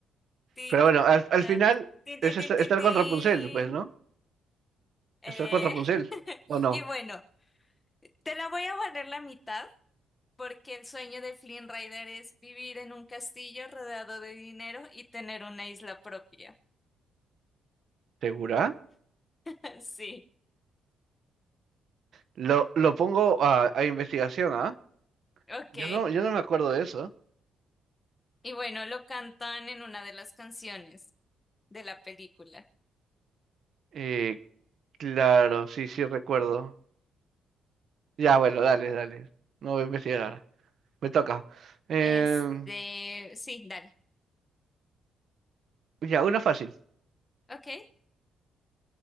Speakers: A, on the left (about 25°); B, on the right (about 60°).
A: tic,
B: Pero bueno, al, al
A: tac.
B: final
A: Tin,
B: es
A: tin,
B: esta-
A: tin,
B: estar,
A: tin, tin.
B: con Rapunzel, pues, ¿no?
A: Eh,
B: Estar con Rapunzel,
A: <laughs>
B: ¿o no?
A: y bueno, te la voy a valer la mitad porque el sueño de Flynn Rider es vivir en un castillo rodeado de dinero y tener una isla propia.
B: ¿Segura?
A: <laughs> Sí,
B: Lo, lo pongo a, a investigación, ¿ah?
A: ok.
B: Yo no, yo no me acuerdo de eso.
A: Y bueno, lo cantan en una de las canciones de la película.
B: Eh, claro, sí, sí recuerdo. Ya, bueno, dale, dale. No voy a investigar ahora. Me toca. Em,
A: Este, sí, dale.
B: ya, una fácil.
A: Ok.